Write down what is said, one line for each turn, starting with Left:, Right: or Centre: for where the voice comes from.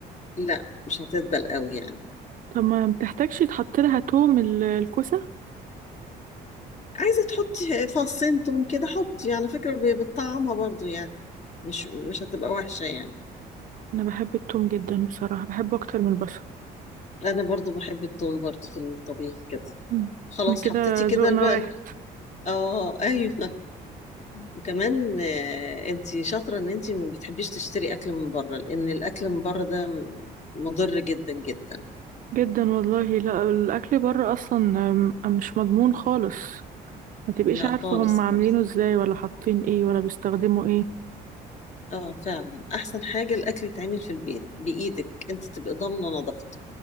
Left: لا مش هتدبل قوي يعني
Right: طب ما بتحتاجش تحط لها توم ال- الكوسة
Left: عايزة تحطي فصين توم كده حطي على فكرة ب- بتطعمها برضو يعني مش مش هتبقى وحشة يعني
Right: انا بحب التوم جدا بصراحة بحبه اكتر من البصل
Left: انا برضو بحب التوم برضو في الطبيخ كده
Right: امم
Left: خلاص
Right: انا كده
Left: حطيتي كده
Right: ذوقنا
Left: البقل
Right: واحد
Left: اه ايوه وكمان آه، انت شاطرة ان انت ما بتحبيش تشتري اكل من بره لان الاكل من بره ده مضر جدا جدا
Right: جدا والله لا الاكل بره اصلا أم- مش مضمون خالص ما تبقيش
Left: لا
Right: عارفه
Left: خالص
Right: هم عاملينه
Left: خالص
Right: ازاي ولا حاطين ايه ولا بيستخدموا ايه
Left: اه فعلا احسن حاجة الاكل يتعمل في البيت بايدك انت تبقى ضامنة نظافته